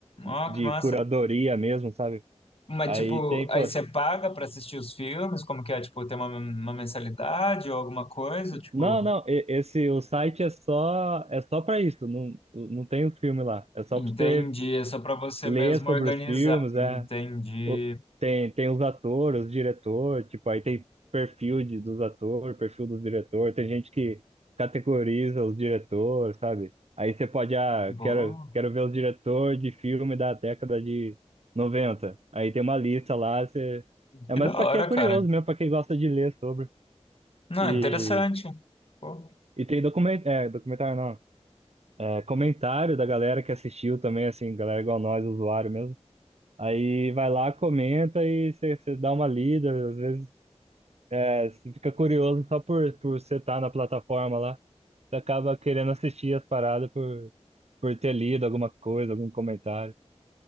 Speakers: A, on the left; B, on the right.
A: Ó,
B: de
A: que massa.
B: curadoria mesmo, sabe?
A: Mas,
B: Aí
A: tipo,
B: tem, pô,
A: aí você paga pra assistir os filmes? Como que é? Tipo, tem uma, uma mensalidade ou alguma coisa? Tipo,
B: não, não, e- esse, o site é só, é só pra isso, não, não tem o filme lá, é só
A: entendi.
B: pra você
A: É só pra você
B: ler
A: mesmo
B: sobre
A: organizar.
B: os filmes,
A: Entendi.
B: é. o- Tem, tem os atores, os diretor, tipo, aí tem perfil de, dos atores, perfil dos diretor, tem gente que categoriza os diretores, sabe? Aí você pode, ah,
A: Boa.
B: quero, quero ver os diretor de filme da década de noventa Aí tem uma lista lá, você... É
A: Que
B: mais
A: da
B: pra
A: hora,
B: quem é curioso
A: cara.
B: mesmo, pra quem gosta de ler sobre.
A: Não,
B: E,
A: interessante. Pô,
B: e tem document... é, documentário, não. É, comentário da galera que assistiu também, assim, galera igual nós, usuário mesmo. Aí vai lá, comenta e você você dá uma lida. Às vezes é, você fica curioso só por, por você estar na plataforma lá. Você acaba querendo assistir as paradas por, por ter lido alguma coisa, algum comentário.